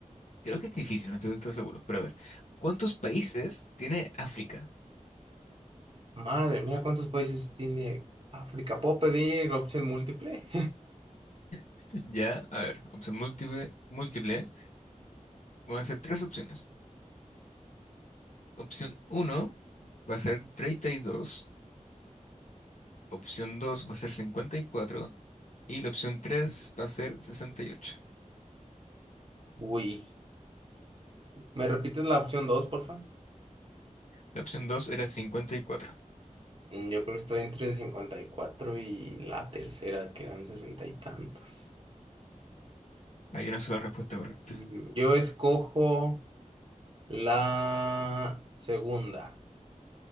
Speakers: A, on the left; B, on the right.
A: creo que es difícil, no estoy del todo seguro, pero a ver, ¿cuántos países tiene África?
B: Madre mía, ¿cuántos países tiene África? ¿Puedo pedir opción múltiple?
A: <laughs> Ya, a ver, opción múltiple, múltiple, van a ser tres opciones. Opción uno va a ser treinta y dos opción 2 va a ser cincuenta y cuatro y la opción 3 va a ser sesenta y ocho
B: <laughs> Uy. ¿Me repites la opción dos, porfa?
A: La opción 2 era cincuenta y cuatro
B: Mm, Yo creo que estoy entre 54 y cuatro y la tercera, que eran sesenta y tantos.
A: Hay una sola respuesta correcta.
B: Mm, Yo escojo la segunda.